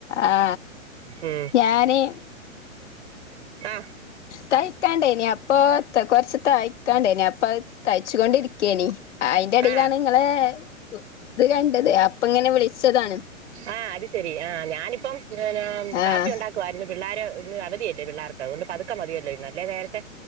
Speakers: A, on the left; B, on the right.
A: അ
B: ഉം
A: ഞാനേ
B: ആ
A: തൈക്കാനിണ്ട് ഇനിയ <unintelligible> ത്തെയ് കൊർച്ച് തഴിക്കാൻ ഇണ്ടായിനി അപ്പ അയ് തൈ ച്ചു കൊണ്ട് ഇരിക്കെയെനി അയിൻ്റെ എടിലാണ്
B: ആ
A: ഇങ്ങളെ ഇത് കണ്ടെത് അപ്പ ഇങ്ങനെ വിളിച്ചെതാണ്
B: ആഹ് അത് ശെരി ആഹ് ഞാനിപ്പം ഇങ്ങെനെ
A: ആഹ്
B: കാപ്പി ഉണ്ടാക്കുവായിരുന്നു പിള്ളാര് ഇന്ന് അവധിയല്ലേ പിള്ളേർക്ക് അതുകൊണ്ട് പതുക്കെ മതിയല്ലോ ഇന്ന് അല്ലെ നേരത്തെ